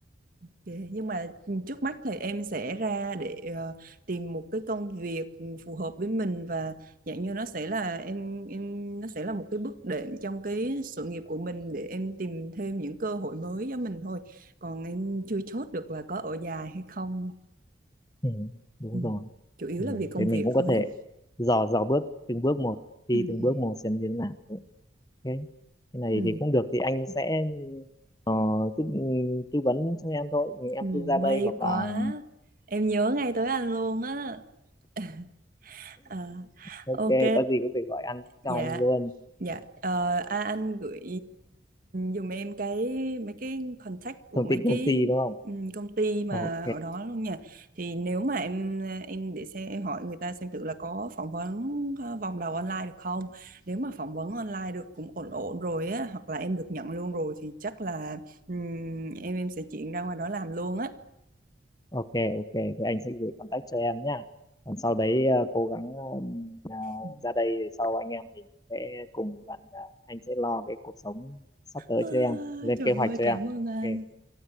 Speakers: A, on the right (about 50°); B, on the left (about 20°).
A: Ok, Nhưng mà trước mắt thì em sẽ ra để ờ, tìm một cái công việc phù hợp với mình và dạng như nó sẽ là em em nó sẽ là một cái bước đệm trong cái sự nghiệp của mình để em tìm thêm những cơ hội mới cho mình thôi. Còn em chưa chốt được là có ở dài hay không.
B: ừ, đúng
A: Ừ.
B: rồi
A: Chủ yếu là
B: ừ,
A: vì công
B: thế mình
A: việc
B: cũng có
A: thôi
B: thể
A: á.
B: dò dò bước từng bước một đi
A: Ừ,
B: từng
A: ừ,
B: bước một xem như thế nào cái cái này
A: ừ,
B: thì cũng được thì anh sẽ ờ, tư, tư vấn cho em thôi Ừ, em
A: ừ,
B: cứ ra đây
A: may
B: hoặc
A: quá.
B: là
A: Em nhớ ngay tới anh luôn á. <laughs> À,
B: ok
A: ok,
B: có gì có thể gọi anh cho
A: dạ.
B: anh luôn
A: Dạ, ờ, à, anh gửi dùm em cái mấy cái contact của
B: thông
A: mấy
B: tin
A: cái
B: công ty đúng không
A: ừm, công ty mà
B: ok
A: ở đó luôn nha. Thì nếu mà em em để xem em hỏi người ta xem thử là có phỏng vấn ờ, vòng đầu online được không. Nếu mà phỏng vấn online được cũng ổn ổn rồi á, hoặc là em được nhận luôn rồi thì chắc là ừm, em em sẽ chuyển ra ngoài đó làm luôn á.
B: ok ok thì anh sẽ gửi contact cho em nhá còn sau đấy ờ, cố gắng ờ, ờ,
A: Ừ.
B: ra đây để sau anh em mình sẽ cùng bạn ờ, anh sẽ lo cái cuộc sống sắp tới
A: À,
B: cho em lên
A: trời
B: kế hoạch
A: ơi,
B: cho
A: cảm
B: em
A: ơn anh.
B: ok